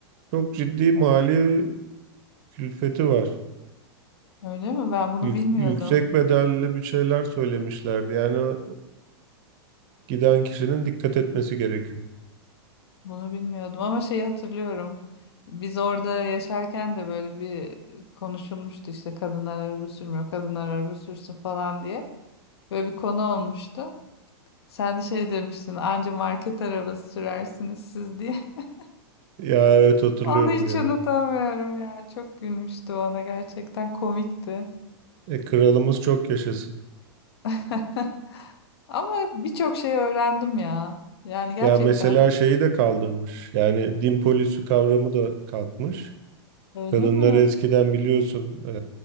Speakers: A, on the right; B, on the left.
A: çok ciddi mali külfeti var.
B: Öyle mi? Ben bunu
A: Yük-
B: bilmiyordum.
A: yüksek bedelli bir şeyler söylemişlerdi. Yani Giden kişinin dikkat etmesi gerekiyor.
B: Bunu bilmiyordum ama şeyi hatırlıyorum. Biz orada yaşarken de böyle bir konuşulmuştu işte kadınlar araba sürmüyor, kadınlar araba sürsün falan diye. Böyle bir konu olmuştu. Sen de şey demiştin anca market arabası sürersiniz siz diye. <laughs>
A: Ya evet hatırlıyorum
B: Onu hiç
A: ya.
B: unutamıyorum ya. Çok gülmüştü ona gerçekten komikti.
A: E, kralımız çok yaşasın.
B: <laughs> Ama birçok şey öğrendim ya. Yani gerçekten.
A: Ya mesela şeyi de kaldırmış. Yani din polisi kavramı da kalkmış.
B: Öyle
A: Kadınlar
B: mi?
A: eskiden biliyorsun e,